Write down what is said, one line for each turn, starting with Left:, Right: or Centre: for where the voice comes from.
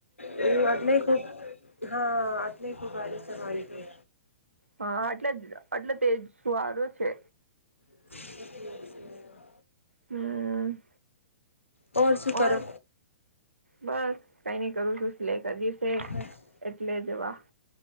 Left: હ આટલે ખૂબ હા આટલે ખૂબ વારીસ તમારી
Right: હા એટલે એટલે તેજ સવારું છે.
Left: <unintelligible>
Right: હમ
Left: તો ઓર શું
Right: ઓન
Left: કરો
Right: બસ કઈ નહી કરું છું લે કર દશ તે જ
Left: બસ
Right: એટલે જવા